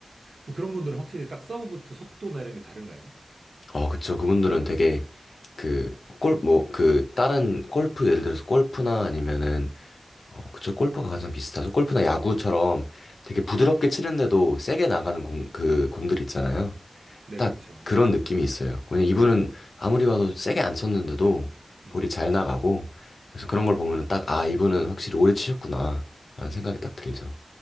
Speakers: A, on the right (about 80°); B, on the left (about 80°).
A: 그럼 그런 분들은 확실히 딱 서브부터 속도나 이런 게 다른가요?
B: 어, 그쵸. 그분들은 되게 그 골, 뭐, 그 다른 골프 예를 들어서 골프나 아니면은 어, 그쵸. 골프가 가장 비슷하죠. 골프나 야구처럼 되게 부드럽게 치는데도 세게 나가는 공, 그 공들 있잖아요.
A: 네,
B: 딱
A: 그렇죠. 네네.
B: 그런 느낌이 있어요. 왜냐면 이분은 아무리 봐도 세게 안 쳤는데도
A: 음,
B: 볼이 잘 나가고 그래서 그런 걸 보면은 딱 아, 이분은 확실히 오래 치셨구나 라는
A: 음.
B: 생각이 딱 들죠.